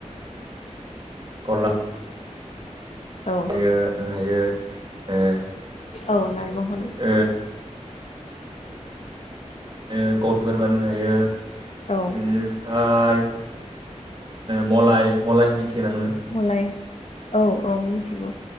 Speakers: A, on the right; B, on the left.
A: गला
B: औ
A: <unintelligible>
B: औ लालमहन
A: ओ <unintelligible> बानायनो हायो
B: औ
A: बिनि हाय मलाय मलायखौ मिथिगौ ना नोङो
B: मलाय औ औ मिथिगौ